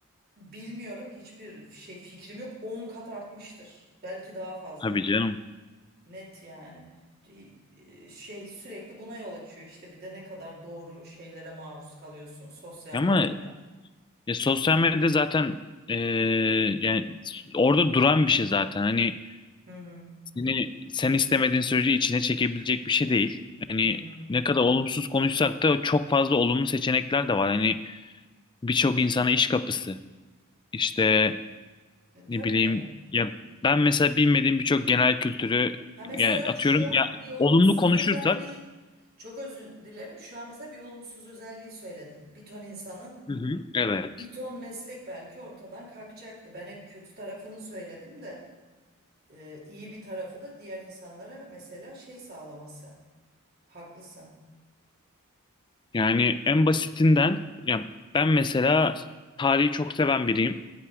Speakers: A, on the right; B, on the left.
A: bilmiyorum hiçbir şey fikrim yok. On kat artmıştır. Belki daha fazla.
B: Tabii canım.
A: Net yani. Di- e, Şey sürekli buna yol açıyor işte bir de ne kadar doğru şeylere maruz kalıyorsun sosyal
B: Ama
A: medyada.
B: ya sosyal medya zaten eee, yani s- orada duran bir şey zaten. Hani
A: Hı hı.
B: Seni sen istemediğin sürece içine çekebilecek bir şey değil. Hani
A: Hı hı.
B: ne kadar olumsuz konuşsak da çok fazla olumlu seçenekler de var. Hani birçok insana iş kapısı. İşte
A: E,
B: ne
A: tabii
B: bileyim
A: canım.
B: ya ben mesela bilmediğim birçok genel kültürü
A: Ha mesela
B: yani atıyorum
A: şu an
B: ya
A: bir olumsuz
B: olumlu konuşursak
A: özelliği çok özür dilerim. Şu an mesela bir olumsuz özelliği söyledin. Bir ton insanın
B: Hı hı, evet.
A: bir ton meslek belki ortadan kalkacaktı. Ben hep kötü tarafını söyledim de e, iyi bir tarafı da diğer insanlara mesela şey sağlaması. Haklısın.
B: Yani en basitinden ya ben mesela tarihi çok seven biriyim.